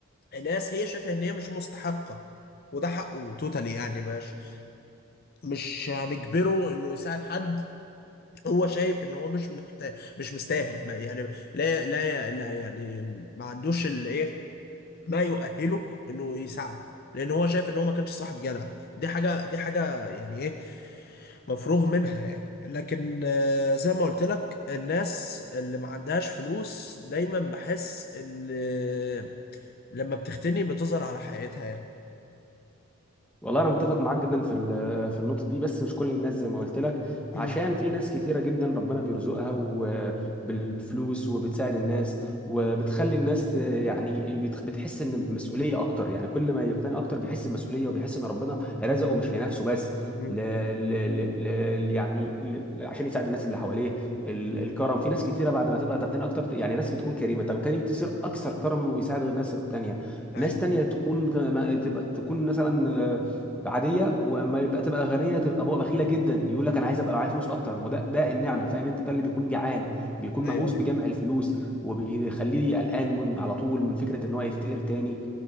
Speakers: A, on the left; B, in the centre.
A: ناس هي شايفه ان هي مش مستحقه وده حقه توتالي يعني مش مش هنجبره انه يساعد حد هو شايف ان هو مش محتاج مش مستاهل ما يعني لا لا لا يعني ما عندوش الايه ما يؤهله انه يساعده لان هو شايف ان هو ما كانش صاحب جدع دي حاجه دي حاجه يعني ايه مفروغ منها يعني لكن آه، زي ما قلت لك الناس اللي ما عندهاش فلوس دايما بحس ان آه، لما بتغتني بتظهر على حقيقتها يعني
B: والله انا متفق معاك جدا في ال- آه، في النقطه دي بس مش كل الناس زي ما قلت لك عشان
A: امم
B: في ناس كتيره جدا ربنا بيرزقها وبالفلوس وبتساعد الناس وبتخلي الناس يعني بتخ- بتحس ان بمسؤوليه اكتر يعني كل ما يقتني اكتر بيحس بمسؤوليه وبيحس ان ربنا رزقه مش لنفسه بس
A: امم
B: ل... ل... ل... ل... يعني ل... عشان يساعد الناس اللي حواليه ال... الكرم في ناس كتيره بعد ما تبقى تغتني اكتر يعني ناس بتكون كريمه تغتني تصير اكثر كرما ويساعد غير الناس التانيه
A: ايوه
B: ناس تانية تكون تبقى تكون مثلا عاديه وما يبقى تبقى غنيه تبقى بقى بخيله جدا يقول لك انا عايز ابقى معايا فلوس اكتر ما هو ده ده النعمه
A: مم.
B: فاهم انت ده اللي بيكون جعان بيكون
A: ايوه
B: مهووس
A: ايوه
B: بجمع الفلوس وبيخليه قلقان من على طول من فكره ان هو يفتقر تاني